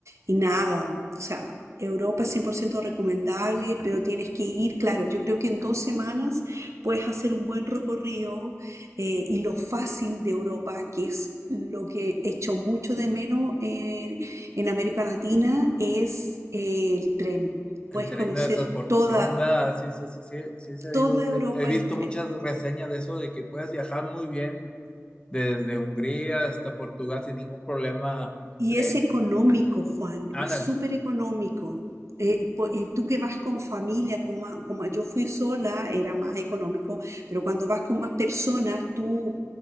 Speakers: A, on the right; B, on the left.
A: y nada, o sea, Europa es 100% recomendable, pero tienes que ir, claro, yo creo que en dos semanas puedes hacer un buen recorrido eh, y lo fácil de Europa, que es lo que echo mucho de menos eh, en América Latina, es eh, el tren.
B: En
A: Puedes
B: tren
A: conocer
B: de transportación,
A: toda,
B: ¿verdad? Sí, sí, sí, sí, sí, se ha
A: toda
B: ido.
A: Europa
B: He he visto
A: en tren.
B: muchas reseñas de eso, de que puedes viajar muy bien desde Hungría hasta Portugal sin ningún problema en
A: Y
B: tren.
A: es económico, Juan,
B: Ándale,
A: es súper económico. Eh, po- eh, tú que vas con familia, como, a- como a- yo fui sola, era más económico, pero cuando vas con más personas, tú